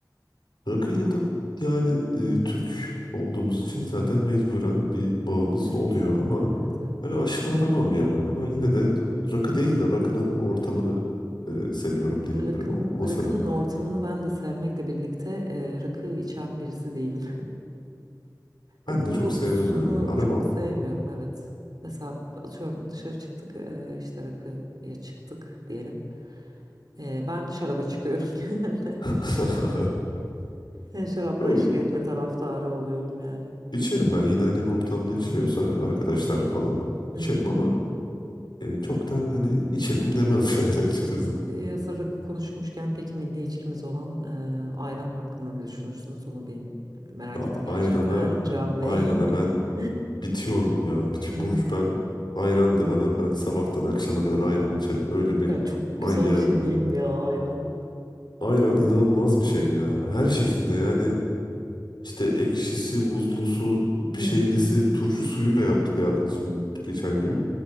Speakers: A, on the left; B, on the right.
A: Rakıyla da yani e, Türk olduğumuz için zaten mecburen bir bağımız
B: Evet.
A: oluyor ama
B: Evet evet
A: öyle
B: evet.
A: aşırı aramam ya. Ama yine de rakı değil de rakının ortamını e, seviyorum diyebilirim
B: Rakım,
A: o masanın.
B: rakının ortamını ben de sevmekle birlikte eee, rakı içen birisi değilim.
A: Ben
B: Rakının
A: de çok
B: kokusunu
A: sevmem öyle aramam.
B: çok sevmiyorum evet. Mesela atıyorum dışarı çıktık e, işte rakıya çıktık diyelim. E, Ben şaraba çıkıyorum <laughs> genelde.
A: <laughs>
B: E, Şarapla
A: Yo,
B: eşlik etme taraftarı oluyorum yani.
A: içerim ben yine hani ortamda
B: Hı
A: içiliyorsa arkadaşlarla falan içerim
B: hı.
A: ama e, çok da hani içelim demem <laughs> yani açıkçası.
B: Evet. Bir hazır rakı konuşmuşken peki milli içkimiz olan e, ayran hakkında ne düşünürsünüz? Onu bir merak
A: Ya
B: ettim gerçekten
A: ayrana
B: Can Bey.
A: ayrana ben
B: <laughs>
A: Bitiyorum ya. Bit-
B: Hı hı.
A: Burcu ben ayran de bana. Ben sabahtan akşama kadar ayran içerim. Öyle bir
B: Ya çok
A: manyağım
B: güzel bir şey değil
A: ya.
B: mi ya ayran?
A: Ayran inanılmaz bir şey ya. Her şekilde yani işte ekşisi, buzlusu, bir
B: Hı
A: şeylisi,
B: hı hı. hı.
A: turşu suyuyla yaptı bir arkadaşım geçen gün.